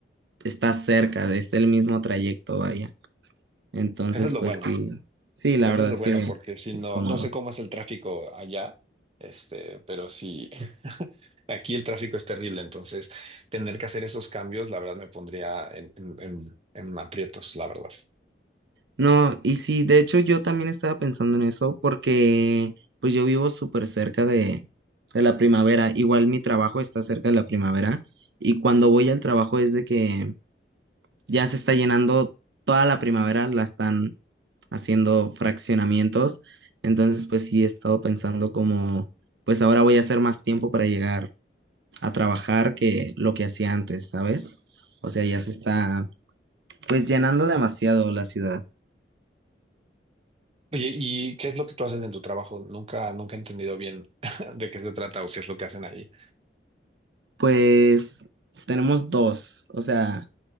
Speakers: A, on the right; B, on the right.
A: está cerca, es el mismo trayecto, vaya. Entonces,
B: Eso es lo
A: pues
B: bueno,
A: sí, sí, la
B: eso
A: verdad
B: es lo bueno,
A: que
B: porque si
A: es
B: no,
A: cómodo.
B: no sé cómo es el tráfico allá, este, pero sí, <laughs> aquí el tráfico es terrible, entonces tener que hacer esos cambios, la verdad, me pondría en, en, en, en aprietos, la verdad.
A: No, y sí, de hecho yo también estaba pensando en eso porque pues yo vivo súper cerca de, de la primavera, igual mi trabajo está cerca de la primavera y cuando voy al trabajo es de que ya se está llenando toda la primavera, la están haciendo fraccionamientos, entonces pues sí he estado pensando como pues ahora voy a hacer más tiempo para llegar a trabajar que lo que hacía antes, ¿sabes? O sea, ya se está pues llenando demasiado la ciudad.
B: Oye, ¿y qué es lo que tú haces en tu trabajo? Nunca, nunca he entendido bien <laughs> de qué se trata o qué es lo que hacen ahí.
A: Pues tenemos dos, o sea,